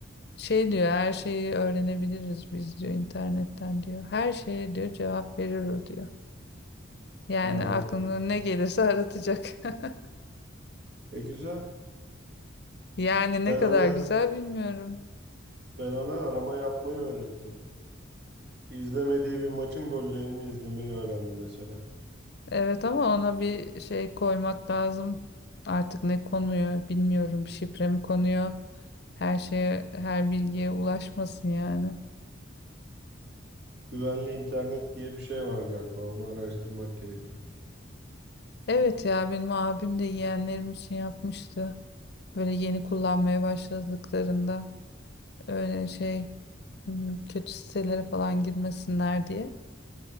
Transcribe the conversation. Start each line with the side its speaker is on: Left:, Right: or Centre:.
Left: şey diyor her şeyi öğrenebiliriz biz diyor internetten diyor. Her şeye diyor cevap verir o diyor. Yani
Right: wow.
Left: aklına ne gelirse aratacak. <laughs>
Right: E güzel.
Left: Yani
Right: Ben
Left: ne kadar
Right: ona
Left: güzel bilmiyorum.
Right: ben ona arama yapmayı öğrettim. İzlemediği bir maçın gollerini izlemeyi öğrendi mesela.
Left: Evet ama ona bir şey koymak lazım. Artık ne konuyor bilmiyorum. Şifre mi konuyor? Her şeye, her bilgiye ulaşmasın yani.
Right: Güvenli internet diye bir şey var galiba. Onu araştırmak gerekiyor.
Left: Evet ya benim abim de yeğenlerim için yapmıştı. Böyle yeni kullanmaya başladıklarında öyle şey m, kötü sitelere falan girmesinler diye.